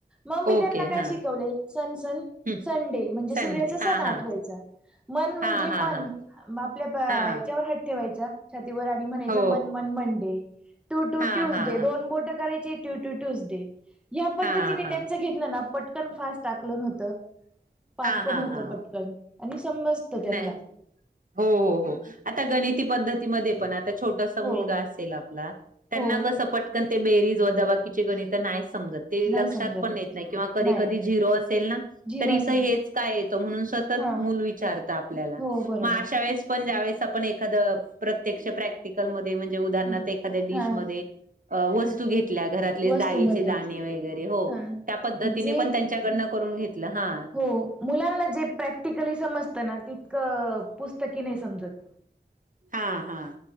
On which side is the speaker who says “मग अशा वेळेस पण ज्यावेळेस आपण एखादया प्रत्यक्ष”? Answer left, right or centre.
Right